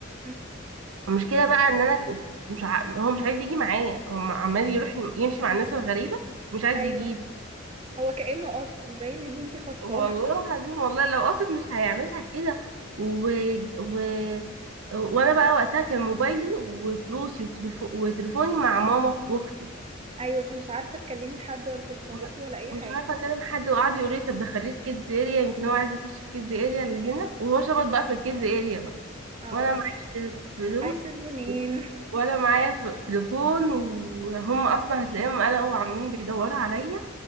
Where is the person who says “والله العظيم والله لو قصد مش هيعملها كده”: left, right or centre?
Right